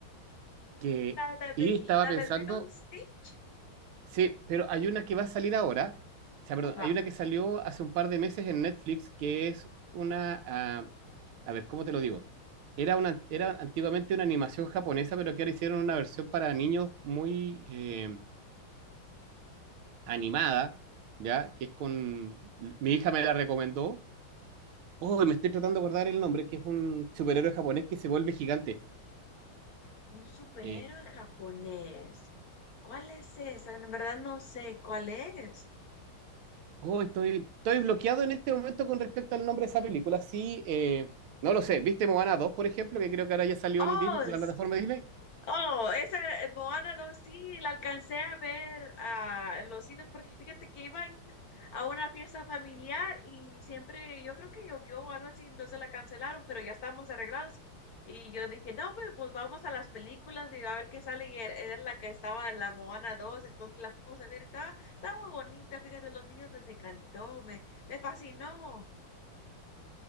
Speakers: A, on the right; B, on the left.
A: que
B: La, la
A: y
B: del,
A: estaba
B: la,
A: pensando,
B: la de Lilo y Stitch.
A: sí, pero hay una que va a salir ahora, o sea, perdón,
B: Ajá.
A: hay una que salió hace un par de meses en Netflix que es una, ah, a ver, ¿cómo te lo digo? Era una, era antiguamente una animación japonesa, pero que ahora hicieron una versión para niños muy eh, animada, ¿ya? Que es con... Mi hija me la recomendó. Oh, me estoy tratando de acordar el nombre, que es un superhéroe japonés que se vuelve gigante.
B: Un superhéroe
A: Eh,
B: japonés. ¿Cuál es esa? En verdad no sé cuál es.
A: oh, estoy, estoy bloqueado en este momento con respecto al nombre de esa película. Sí, eh, no lo sé. ¿Viste Moana 2, por ejemplo? Que creo que ahora ya salió
B: Oh,
A: en, Dis- en la plataforma de Disney.
B: Oh, esa eh, Moana dos sí, la alcancé a ver ah, en los cines porque fíjate que iba a ir a una fiesta familiar y siempre, yo creo que llovió o algo así, entonces la cancelaron, pero ya estábamos arreglados. Y yo dije, no, pues, pues vamos a las películas y a ver qué sale. Y era era la que estaba en la Moana dos entonces la fuimos a ver y estaba, estaba bonita, fíjate, los niños les encantó, me, me fascinó.